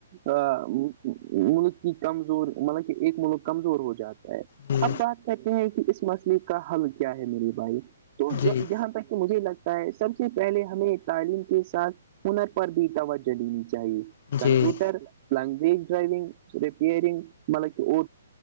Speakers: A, on the right; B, on the left.
A: ہاں ملک کی کمزور مطلب کہ ایک ملک کمزور ہو جاتا ہے
B: جی
A: اب بات کرتے ہیں کہ اس مسئلے کا حل کیا ہے میرے بھائی تو
B: جی
A: جہاں تک کہ مجھے لگتا سب سے پہلے ہمیں تعلیم کے ساتھ ہنر پر بھی توجہ دینی چاہیے
B: جی
A: کمپوٹر لگج ڈرائیگ ریپئرنگ مطل